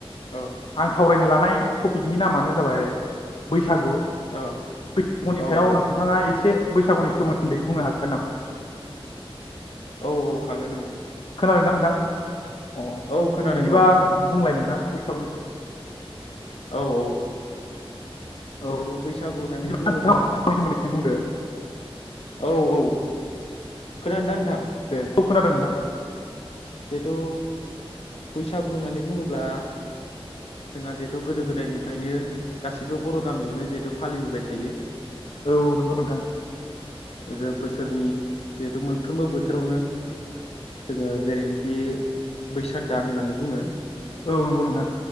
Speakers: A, on the left; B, on the left.
A: ओ
B: आं सावरायनो ला नाय थपिकनि नामानो जाबाय बै सागु,
A: ओ
B: बैसागुनि
A: औ
B: सायाव
A: औ
B: नोंथाङा एसे बैसागुनि सोमोन्दै बुंनो हागोन नामा?
A: औ औ हागोन औ।
B: खोनादों ना नोंथां? अ
A: औ खोनादों
B: बिदिबा बुंलाय नों थां बैसागुनि सोमोनदै
A: औ औ
B: औ
A: जेहेथु बैसागु होननानै
B: बिदिबा
A: बुङोब्ला
B: नोंथाङा नि सोमोन्दै बुंदो
A: जोङो, औ औ खोनादोंदा नोंथां?
B: दे औ खोनादों नोंथां
A: जिहेथु बैसागु होननानै बुङोब्ला जोंहा जिहेथु गोदो गोदायनिफ्रायनो गासिबो बर' गामियावनो जिहेथु फालिबोबाय थायो
B: औ औ नंगौ नोंथां
A: जे बोसोरनि जिहेथु मोनफ्रोमबो बोथोरावनो जोङो जेरैनि खि बैसाग दान होननानै बुङो
B: औ नंगौ नोंथां